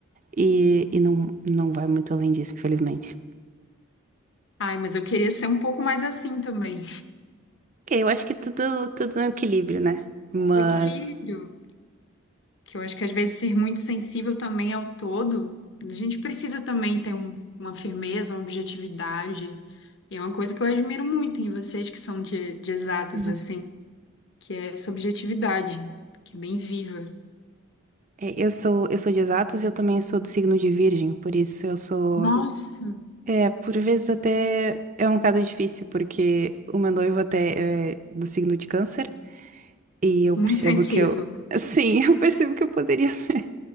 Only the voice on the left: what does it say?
Ai, mas eu queria ser um pouco mais assim também.
O equilíbrio, que eu acho que às vezes ser muito sensível também ao todo, a gente precisa também ter um- uma firmeza, uma objetividade. E é uma coisa que eu admiro muito em vocês que são de, de exatas,
assim, que é essa objetividade, que é bem viva.
Nossa,
muito
sensível.